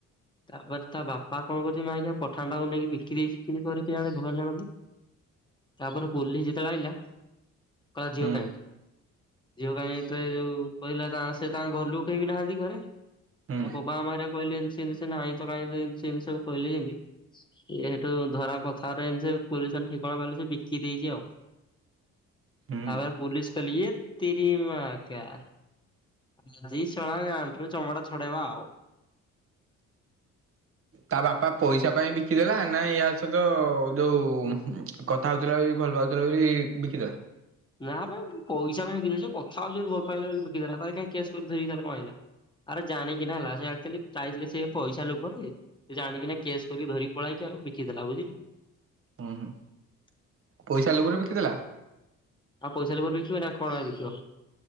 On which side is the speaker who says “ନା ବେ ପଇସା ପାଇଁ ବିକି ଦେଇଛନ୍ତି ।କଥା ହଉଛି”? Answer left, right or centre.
Left